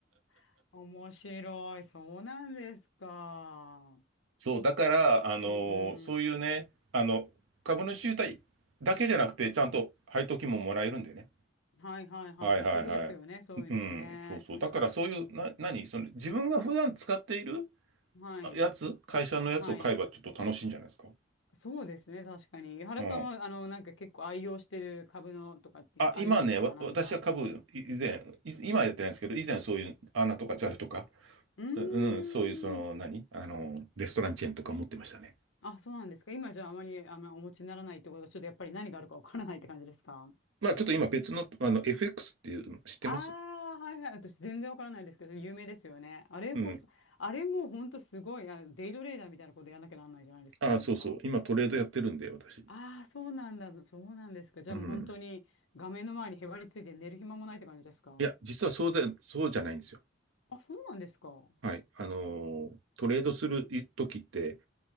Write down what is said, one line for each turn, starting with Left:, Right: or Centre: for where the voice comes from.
Left: <laughs> 面白い。そうなんですか。
Right: そう、だから、あのそういうね、
Left: うん
Right: あの、株主優待だけじゃなくて、ちゃんと配当金ももらえるんでね。
Left: うん。はいはいはい。
Right: はいはいはい。
Left: お得ですよね。そういうのはね。
Right: うん、そうそう。だからそういう、な、何その自分が普段使っている
Left: はい。
Right: あやつ、会社のやつを買えばちょっと楽しいんじゃないですか。
Left: はい。そうですね。確かに。井原さんは、
Right: うん。
Left: あの、なんか結構愛用してる株のとかってありますかなんか。
Right: あ、今ね、わ、私は株、い以前、い今はやってないんですけど、以前そういう穴とか JAL とか、
Left: うーん。
Right: ううん、そういうその、何あの、レストランチェーンとか持ってましたね。
Left: あ、そうなんですか。今じゃああまり、あの、お持ちにならないってことは、ちょっとやっぱり何があるかわからないって感じですか
Right: まあちょっと今別の、あの、FX っていうの知ってます
Left: ああ、はいはい。私全然わからないですけど、有名ですよね。あれこそ、
Right: うん。
Left: あれもうほんとすごい、あ、デイトレーダーみたいなことやんなきゃなんないじゃないですか、
Right: あ、
Left: なんか。
Right: そうそう。今トレードやってるんで、私。
Left: ああ、そうなんだ。そうなんですか。じゃあもう本当に画面の前にへばりついて寝る暇もないって感じですか。
Right: うん。いや、実はそうで、そうじゃないんですよ。
Left: あ、そうなんですか。う
Right: はい。あのートレードする時って、